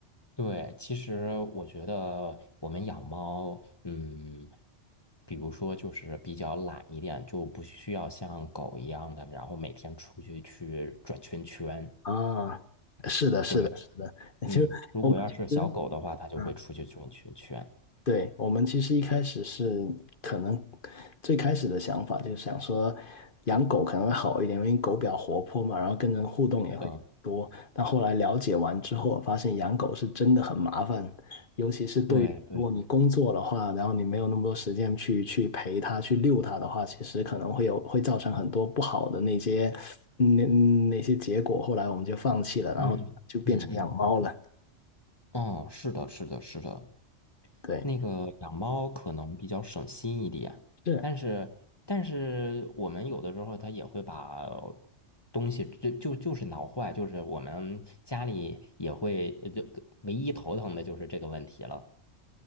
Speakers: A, on the left (about 20°); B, on the left (about 50°).
A: 对，其实我觉得我们养猫，嗯，比如说就是比较懒一点，就不需要像狗一样的，然后每天出去去转圈圈。
B: 啊，是的，是的，
A: 对，
B: 是的，<laughs>
A: 嗯，
B: 就我们其实，
A: 如果要是小狗的话，它就会出去转圈圈。
B: 嗯，对，我们其实一开始是可能最开始的想法就是想说养狗可能会好一点，因为狗比较活泼嘛，然后跟人互动也会多。
A: 是的，
B: 但后来了解完之后，发现养狗是真的很麻烦，尤其是对于如果你工作的话，
A: 对对，
B: 然后你没有那么多时间去去陪它、去遛它的话，其实可能会有会造成很多不好的那些那嗯那些结果。后来我们就放弃了，然后就变成养猫了。
A: 嗯嗯嗯嗯，哦，是的，是的，是的，
B: 对，
A: 那个养猫可能比较省心一点，
B: 是。
A: 但是但是我们有的时候它也会把东西就就就是挠坏，就是我们家里也会呃就唯一头疼的就是这个问题了，